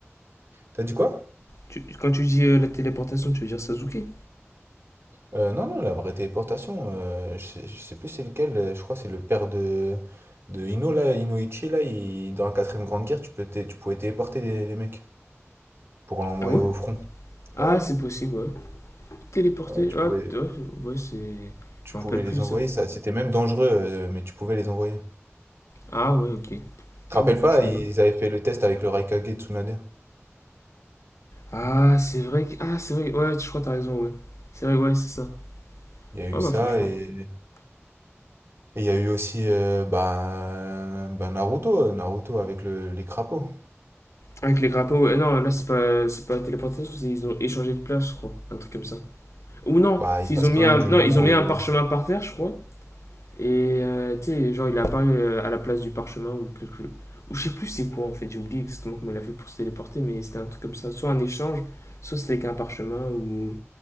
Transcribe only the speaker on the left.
Tu- Quand tu dis euh, la téléportation, tu veux dire Sasuke
Ah ouais
Ah,
c'est possible, ouais. Téléporter,
ah,
putain, ouais, ouais, c'est.
Je me
rappelle
plus de
ça.
Ah, ouais, ok.
Ah
bah franchement.
Ah, c'est vrai que. Ah, c'est vrai. Ouais, je crois que t'as raison, ouais. C'est vrai, ouais, c'est ça.
Ouais,
bah, franchement.
Avec les grappins, ouais. Non, là, c'est pas, c'est pas la téléportation, c'est ils ont échangé de place, je crois. Un truc comme ça. Ou non,
c'est
ils ont mis
un,
non,
ils ont mis
un parchemin par terre, je crois. Et euh, tu sais, genre, il est apparu euh, à la place du parchemin ou quelque Ou je sais plus c'est quoi en fait, j'ai oublié exactement comment il a fait pour se téléporter, mais c'était un truc comme ça. Soit un échange, soit c'était avec un parchemin ou.